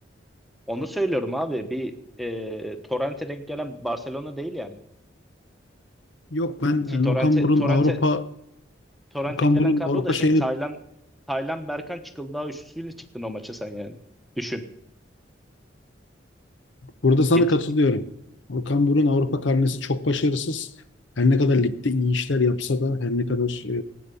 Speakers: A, in the centre; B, on the left.
A: Onu söylüyorum abi. Bir e, Torrent'e denk gelen Barcelona değil yani.
B: Yok ben
A: Ki
B: yani
A: Torrent'e
B: Okan Buruk'un
A: Torrent'e
B: Avrupa
A: Torrent'e
B: Okan
A: gelen
B: Buruk'un
A: kadro
B: Avrupa
A: da
B: şeyini
A: şey Taylan Taylan Berkan Çıkıldağ üçlüsüyle çıktın o maça sen yani. Düşün.
B: burada sana
A: git.
B: katılıyorum. Okan Buruk'un Avrupa karnesi çok başarısız. Her ne kadar ligde iyi işler yapsa da her ne kadar e,